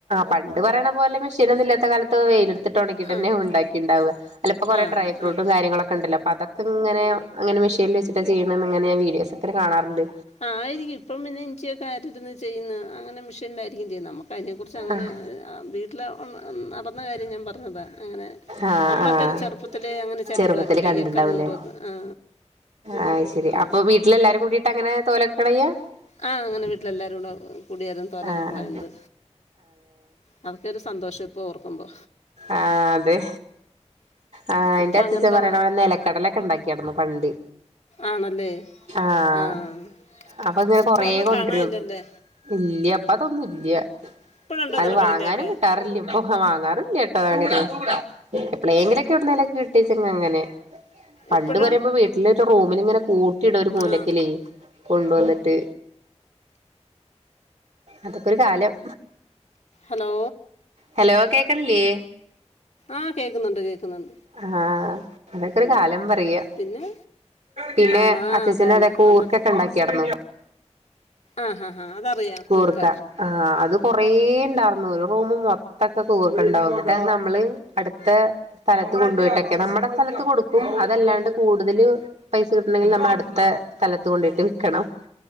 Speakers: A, on the right; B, on the left.
A: പണ്ട് പറയണ പോലെ മെഷീനൊന്നുമല്ലാത്ത കാലത്ത് വെയിലത്ത് ഇട്ട് ഉണക്കിയിട്ട്ന്നെ
B: ആ
A: ഉണ്ടാക്കി ഉണ്ടാവുക അതിപ്പോൾ കുറെേ
B: ആ
A: ഡ്രൈ ഫ്രൂട്ടും
B: ആ
A: കാര്യങ്ങളൊക്കെ ഉണ്ടല്ലോ അപ്പ അതക്കെ ഇങ്ങനെ അങ്ങെ മെഷീൽ വച്ചിട്ട് ചെയണ എന്ന്ങ്ങനെഞാ വീഡോ ഒക്കെ കാണാുണ്ട്
B: ആയിരിക്കും ഇപ്പം പിന്നെ ഇഞ്ചി - ആവിശ്യത്തിന് ചെയ്യുന്നത് അങ്ങനെ മെഷീനിലായിരിക്കും ചെയ്യുന്നത് നമുക്ക അതിനെക്കുറിച്ച് അങ്ങനെ
A: ആഹ്
B: വീട്ടിൽ നടന്ന കാര്യം ഞാൻ അറിഞ്ഞതാ പറഞ്ഞതാ അങ്ങനെ
A: ആഹ
B: നമ്മളൊക്കെ
A: ആഹ
B: ചെറുപ്പത്തിലേ അങ്ങനെ ചുരണ്ടുമായിരുന്നു
A: ചെറുപ്പത്തില്ൽ
B: കയ്യൊക്കെ
A: കണ്ടിണ്ടാവൂല്ലേ
B: നീറുന്നു ആ
A: ആഹ് ശരി
B: ആ
A: അപ്പൊ വീട്ടില എല്ലാരും കൂടിീട്ട് അങ്ങനെ തോല- കടയ <unintelligible>
B: ആഹ് അങ്ങനെ വീട്ടില എല്ലാരും കൂടെ കുടിയോരം തോരൊക്കെ
A: ആഹ്
B: കുളയുന്നത് അതൊക്കെ ഒരു സന്തോഷം ഇപ്പോ ഓർക്കുമ്പോ
A: ആ അതെ ആ
B: ഇപ്പൊ
A: എന്റെ അച്ചച്ചൻ
B: അങ്ങനത്തെ
A: പറയണടെെ നിലക്കടലൊക്കെ ഉണ്ടാക്കിന്നു പണ്ട്
B: ആണല്ലേ
A: ആഹ
B: ആഹ്
A: അപ്പൊ ഇങ്ങനെ
B: ഇപ്പൊ
A: കൊറ
B: ഒന്നും
A: കൊണ്ടരും
B: കാണാനില്ലല്ലേ
A: ഇല്ലപ്പ അതൊന്നുമില്ല
B: ഇപ്പഴുണ്ടോ
A: അത്
B: നിലക്കടലയൊക്കെ
A: വാങ്ങാനും കിട്ടാറില്ലേ ഇപ്പൊ വാങ്ങാറില്ല <unintelligible> പ് എങ്കിലൊക്കെ എവിടേലൊക്കെ കിട്ടച്ചെ അങ്ങനെ പണ്ട്
B: ഇപ്പഴോ
A: പറയുമ്പോ വീട്ടിലരു റൂമിലിങ്ങനെ കൂട്ടിട ഒരു മൂലക്കലെ
B: ആഹ്
A: കൊണ്ടുവന്നിട്ട് അതൊക്കെരു കാലം
B: ഹലോ
A: ഹലോ കേക്കണല്ല്യേ
B: ആഹ് കേൾക്കുന്നുണ്ട് കേൾക്കുന്നുണ്ട്
A: ആ അതൊക്കെ ഒരു
B: ഉം
A: കാലം പറയ
B: പിന്നെ
A: പിന്നെ
B: ആണാ
A: അച്ചച്ചന
B: അതാണ്
A: അതൊക്കെ
B: അന്ന
A: ഊർക്കൊക്കെ ഉണ്ടാക്കിന്നു
B: ആഹ് ഹാ ഹാ അതറിയാം
A: കൂർക
B: കൂർക്ക
A: ആഹ അത് കൊറേ ഉണ്ടായിർന്ന പോല മൊത്തൊക്കെ കൂർക്ക ഉണ്ടാവുന്നു അന്നിട്ടു അത് നമ്മള് അടുത്ത..... സ്ഥലത്ത് കൊണ്ടുപോയിട്ടൊക്കെ നമ്മുടെ സ്ഥലത്ത് കൊടുക്കും അതല്ലാണ്ട് കൂടുതൽ പൈസ കിട്ടണെങ്കിൽ നമ്മ അടുത്ത സ്ഥലത്ത് കൊണ്ടയിട്ട് വിക്കണം